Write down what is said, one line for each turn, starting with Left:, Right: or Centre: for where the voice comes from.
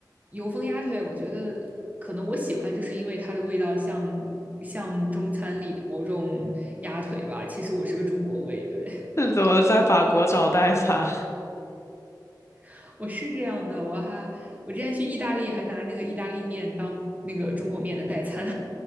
Right: 油封鸭腿，我觉得可能我喜欢，就是因为它的味道像像中餐里的某种鸭腿吧。其实我是个中国胃，对，
Left: <laughs> 那怎么在法国找代餐？
Right: <laughs> 我是这样的。我还我之前去意大利还拿那个意大利面当那个中国面的代餐